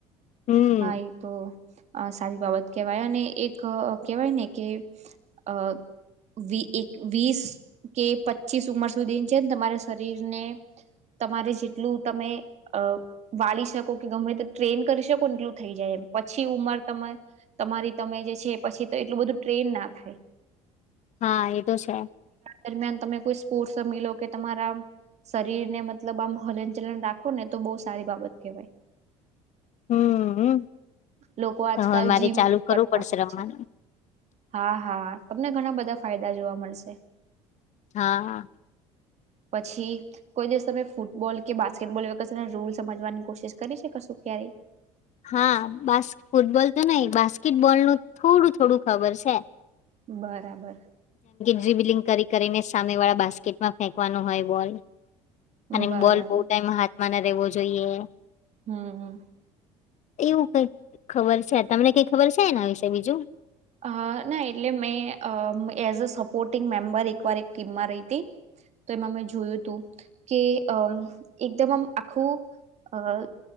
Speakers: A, on the left; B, on the right.
A: હમ
B: હા એ તો આ સારી બાબત કહેવાય. અને એક અહ કહેવાય ને કે અહ વી એક વીસ કે પચીસ ઉંમર સુધી છે ને તમારા શરીરને તમારે જેટલું તમે અહ વાળી શકો કે ગમે તો ટ્રેન કરી શક પણ દીયું થઈ જાય એમ પછી ઉંમર તમાર તમારી તમે જે છે પછી તો એટલું બધું ટ્રેન ના થાય.
A: હા એ તો છે
B: દરમિયાન તમે કોઈ સ્પોર્ટ રમી લો કે તમારા શરીર ને મતલબ આમ હલનચલન રાખો ને તો બહુ સારી બાબત કવાય
A: હમ
B: લોકો આજકાલ
A: હવે મારે
B: જીમ
A: ચાલુ
B: પણ કરતા
A: કરવું પડશે
B: હોય
A: રમવાનું
B: છે હા હા તમને ઘણા બધા ફાયદા જોવા મળશે
A: હા
B: પછી કોઈ દિવસ તમે ફૂટબોલ કે બાસ્કેટબોલ એ વખ તને રૂલ સમજવાની કોશિશ કરી શકશું ક્યારેય <inaudible>
A: હા બાસ્ ફૂટબોલ તો નઈિ બાસ્કેટબોલ નું થોડું થોડું ખબર છે
B: બરાબર
A: બલિંગ કરી કરીને સામે વાળા બાસ્કેટમાં ફેંકવાનો હોય બોલ અને
B: બરાબર
A: બોલ બહુ ટાઈમ હાથમાં ન રહેવો જોઈએ
B: હમ હ
A: એવું કઈ ખબર છે તમને કઈ ખબર છે એના વિશે બીજું
B: અ ના એટલે મેં એઝ અ સપોર્ટિંગ મેમ્બર એકવાર એક ટીમમાં રહી હતી તો એમાં મેં જોયું હતું કે અ એકદમ આમ આખું હ